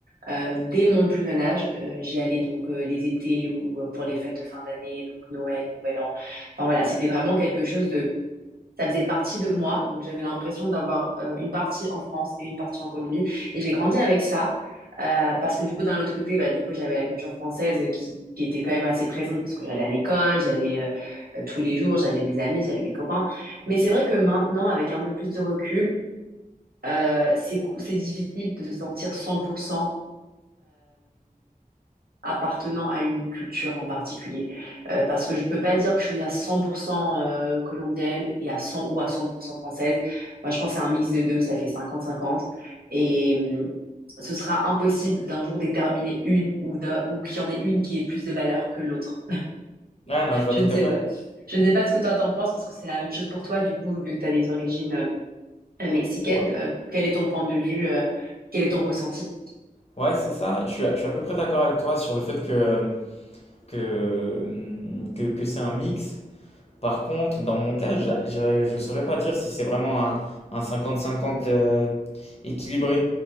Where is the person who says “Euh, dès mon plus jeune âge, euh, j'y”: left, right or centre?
Right